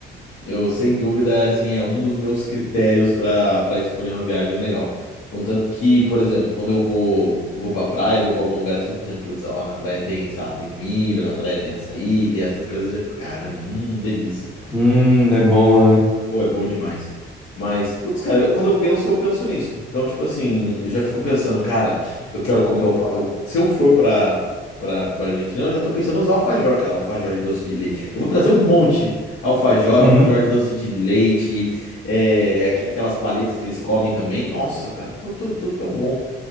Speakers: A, on the left; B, in the centre.
A: Eu, sem dúvida, assim, é um dos meus critérios pra para escolher uma viagem legal. Contanto que, por exemplo, quando eu vou vou pra praia, vou pra algum lugar assim, eu fico pensando, putz, ó, na praia tem, sei lá, tem milho, na praia tem açaí, tem essas coisas, eu já fico, cara, hum, delícia.
B: Hum, é bom, né?
A: Pô, é bom demais. Mas, putz, cara, eu- quando eu penso, eu penso nisso. Então, tipo assim, eu já fico pensando, cara, eu quero comer alfa... eu- se eu for pra, pra, pra Argentina, eu já tô pensando nos alfajor, cara. Alfajor de doce de leite. Eu vou trazer um monte. Alfajor,
B: Uhum.
A: alfajor de doce de leite, é, aqu- aquelas paletas que eles comem também. Nossa, cara, tudo, tudo- tudo tão bom.